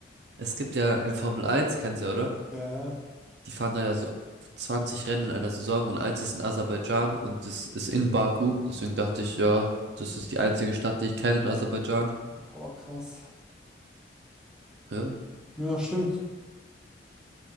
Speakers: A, on the right (about 65°); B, in the centre.
A: Es gibt ja in Formel eins, kennst du, oder?
B: Naja,
A: Die fahren da ja so 20 Rennen in einer Saison und eins ist in Aserbaidschan und das ist in Baku. Deswegen dachte ich, ja, das ist die einzige Stadt, die ich kenne in Aserbaidschan.
B: boah, krass.
A: Ja.
B: Ja, stimmt.